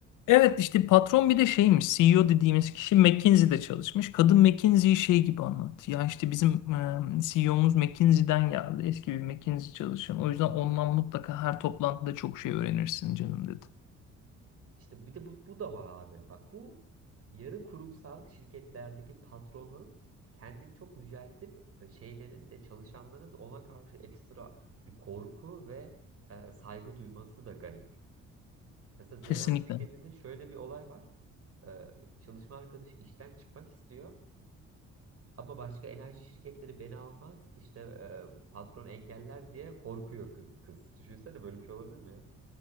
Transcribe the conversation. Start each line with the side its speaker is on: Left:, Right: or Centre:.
Left: Evet işte patron bir de şeymiş CEO dediğimiz kişi McKinsey'de çalışmış. Kadın McKinsey'yi şey gibi anlattı. Ya işte bizim e, CEO'muz McKinsey'den geldi. Eski bir McKinsey çalışan. O yüzden ondan mutlaka her toplantıda çok şey öğrenirsin canım dedi.
Right: İşte bir de bu, bu da var abi. Bak bu yarı kurumsal şirketlerdeki patronun kendini çok yüceltip e, şeylerin de çalışanların da ona karşı ekstra bir korku ve e, saygı duyması da garip. Mesela Zeran
Left: Kesinlikle.
Right: şirketinde şöyle bir olay var. E, çalışma arkadaşı işten çıkmak istiyor ama başka enerji şirketleri beni almaz işte e, patron engeller diye korkuyor kı- kız. Düşünsene böyle bir şey olabilir mi ya?